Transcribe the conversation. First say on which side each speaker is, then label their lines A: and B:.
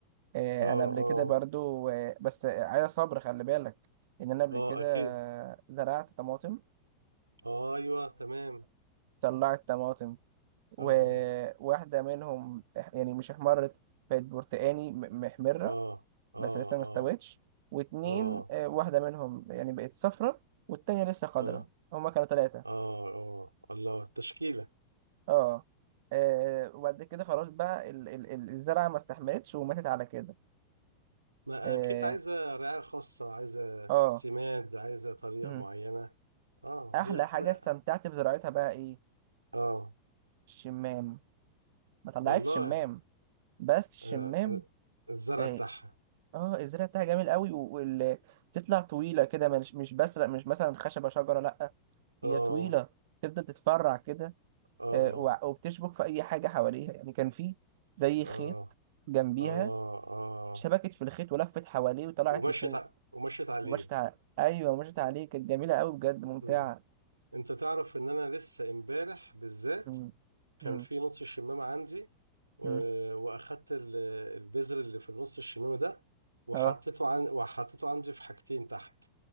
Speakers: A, on the right (about 50°); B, on the right (about 80°).
A: آه
B: اه
A: أنا قبل
B: اه
A: كده برضو آه بس عايز صبر خلي بالك إن أنا قبل
B: اه
A: كده
B: اكيد
A: آه، زرعت طماطم
B: ايوه تمام
A: وطلعت طماطم وواحدة
B: اه
A: منهم يعني مش احمرت بقت برتقاني م- محمرة
B: اه اه
A: بس لسه ما
B: اه
A: استوتش واتنين
B: اه
A: آه، واحدة منهم يعني بقت صفرة والتانية لسه خضرة
B: اه
A: هما كانوا تلاتة
B: اه اه الله التشكيلة
A: اه آه، وبعد كده خلاص بقى ال ال ال- الزرعة ما استحملتش وماتت على كده
B: ما
A: اه
B: اكيد عايزة رعاية خاصة عايزة
A: اه
B: سماد عايزة طريقة
A: مم.
B: معينة اه
A: أحلى
B: هي بتبقى
A: حاجة استمتعت بزراعتها بقى إيه
B: اه
A: الشمام ما طلعتش
B: والله
A: شمام بس الشمام
B: آه آه، الزرع
A: اه
B: بتاعها
A: اه الزرع بتاعها جميل قوي وبتطلع طويلة كده مش مش بس مش مثلا خشبة شجرة لأ
B: اه
A: هي طويلة تفضل تتفرع كده
B: اه
A: آه، وع- وبتشبك في اي حاجه حواليها يعني كان في زي
B: اه
A: خيط جنبيها
B: اه اه
A: شبكت في الخيط ولفت حواليه وطلعت
B: ومشيت
A: لفوق
B: ع... ومشيت عليه
A: ومشت على ايوه مشت عليه كانت جميله قوي بجد ممتعه
B: مم. انت تعرف ان انا لسه امبارح بالذات
A: مم.
B: كان
A: مم.
B: في نص الشمامة عندي و...
A: مم.
B: واخدت ال- البذر اللي في نص الشمامة ده وحطيته
A: اه
B: عن... وحطيته عندي في حاجتين تحت